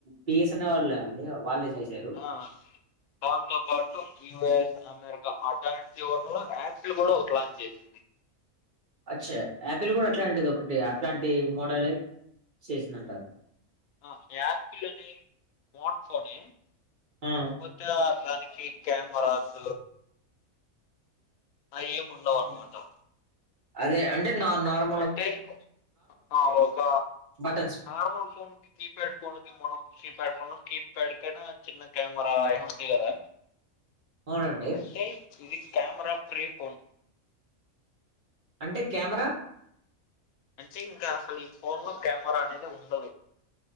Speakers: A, on the right; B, on the left.
A: బిఎస్ఎన్ఎల్ వాళ్ళే అండి వాళ్లే చేసారు.
B: ఆ దాంతో పాటు యుఎస్ అమెరికా అటులాంటి ఓట్ల యాప్స్లు కూడా లాంచ్ చేసింది.
A: అచ్చా యాపిల్ కూడా అట్లాంటిది ఒకటి అట్లాంటి మోడలే చేసిందంటారు.
B: ఆ యాపిల్ అని స్మార్ట్ ఫోనే
A: ఆ
B: కాకపోతే దానికి కెమెరాస్ అయ్యేం ఉండవు
A: హ్మ్.
B: అన్మాటా.
A: అదే అంటే నా నార్
B: అంటే <inaudible> ఆ ఒక
A: buttons phone.
B: Normal phone keypad ఫోన్లకి మనం కీప్యాడ్ ఫోన్లో కీప్యాడ్ కైనా చిన్న కెమెరా అయినా ఉంది కదా.
A: అవునండి.
B: అంటే ఇది కెమెరా ఫ్రీ ఫోన్.
A: అంటే కెమెరా
B: అంటే ఇంకా అసలు ఈ ఫోన్ లో కెమెరా అనేదే ఉండదు.